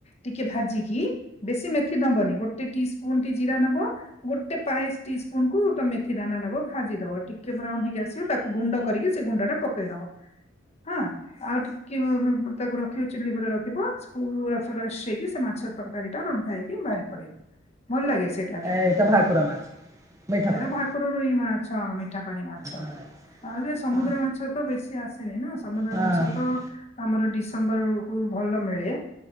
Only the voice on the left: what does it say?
ଟିକେ ଭାଜିକି ବେଶୀ ମେଥି ଦବନି, ଗୋଟେ ଟି ସ୍ପୁନ ଟି ଜିରା ନବ। ଗୋଟେ ପାଇଶ ଟି ସ୍ପୁନ କୁ ତ ମେଥି ଦାନା ନବ ଭାଜି ଦବିକେ କେ ବ୍ରାଉନ ହେଇକି ଆସିବ ତାକୁ ଗୁଣ୍ଡ କରିକି ସେ ଗୁଣ୍ଡ ଟା ପକେଇଦବ। ହଁ ଆଉ ଟିକେ ତାକୁ ରଖିବ, ଚୁଲି ଉପରେ ରଖିବ, ପୁରା ଫ୍ରେଶ ହେଇକି ସେ ମାଛ ତରକାରୀ ଟା ରନ୍ଧା ହେଇକି ବାହାରି ପଡିବ, ଭଲ ଲାଗେ ସେଇଟା। ବି
ଏଇଟା
ଭାକୁରରୋହି ମାଛ ମିଠା ପାଣି ମାଛ,
ଆ ସମୁଦ୍ର
ମାଛ। ମାଛ ତ ବେଶି ଆସେନି ନା ସମୁଦ୍ର
ମାଛ ତ ଆମର ଡିସେମ୍ବର ବେଳକୁ ଭଲ ମିଳେ,